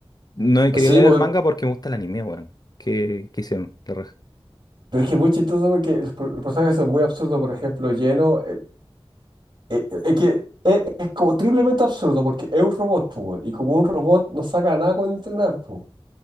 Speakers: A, on the left; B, on the right.
A: No he querido
B: Sí,
A: leer
B: porque,
A: el manga porque me gusta el anime, weón. ¿Qué, qué hicieron? La raja.
B: pero es que es muy chistoso porque los, pro- los personajes son muy absurdos. Por ejemplo, Lleno Es, es que es, es como triplemente absurdo porque es un robot, po, weón, y como un robot no saca nada con entrenar, po.